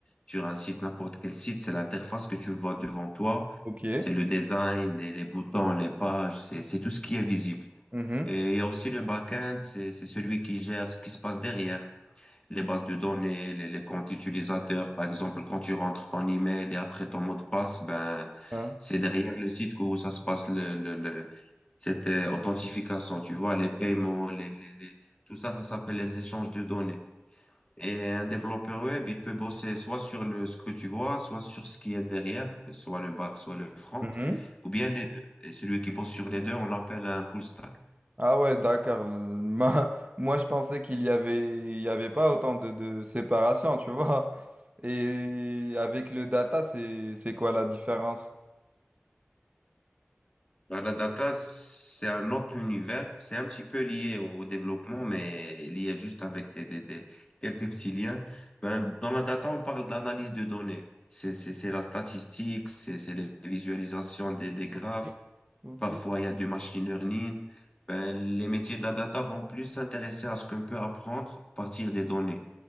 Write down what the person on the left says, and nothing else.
sur un site, n'importe quel site, c'est l'interface que tu vois devant toi.
C'est le design, les, les boutons, les pages, c'est, c'est tout ce qui est visible.
Et il y a aussi le back-end, c'est, c'est celui qui gère ce qui se passe derrière les bases de données, les, les comptes utilisateurs. Par exemple, quand tu rentres ton email et après ton mot de passe, ben,
c'est derrière le site que ça se passe le, le- le- cette euh, authentification. Tu vois, les paiements, les, les- les- tout ça, ça s'appelle les échanges de données. Et un développeur web, il peut bosser soit sur le, ce que tu vois, soit sur ce qui est derrière, soit le back, soit le front,
ou bien les deux. Et celui qui bosse sur les deux, on l'appelle un full stack.
Bah, La data, c'est un autre univers. C'est un petit peu lié au développement, mais lié juste avec des, des- des- quelques petits liens. Ben, dans la data, on parle d'analyse de données. C'est c'est- c'est la statistique, c'est c'est les visualisations des, des graphes.
Parfois, il y a du machine learning. Ben, les métiers de la data vont plus s'intéresser à ce qu'on peut apprendre à partir des données.